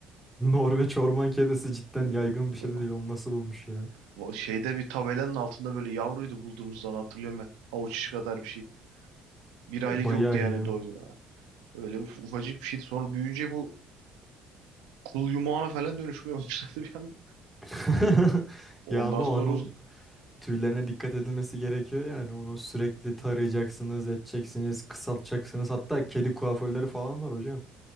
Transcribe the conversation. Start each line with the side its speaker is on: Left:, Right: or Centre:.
Centre: Norveç orman kedisi cidden
Right: <laughs>
Centre: yaygın bir şey de değil. Onu nasıl bulmuş ya?
Right: Bu Şeyde bir tabelanın altında böyle yavruydu bulduğumuzdan hatırlıyorum ben. Avuç içi kadar bir şey. Bir aylık
Centre: O bayağı
Right: yoktu yani
Centre: iyi ya.
Right: doydu. Öyle uf- ufacık bir şeydi. Sonra büyüyünce bu Kıl yumağına falan dönüşmeye <laughs> başladı bir anda.
Centre: <laughs>
Right: Ondan
Centre: Ya ama
Right: sonra
Centre: onun tüylerine dikkat edilmesi gerekiyor yani. Onu sürekli tarayacaksınız, edeceksiniz, kısaltacaksınız. Hatta kedi kuaförleri falan var hocam.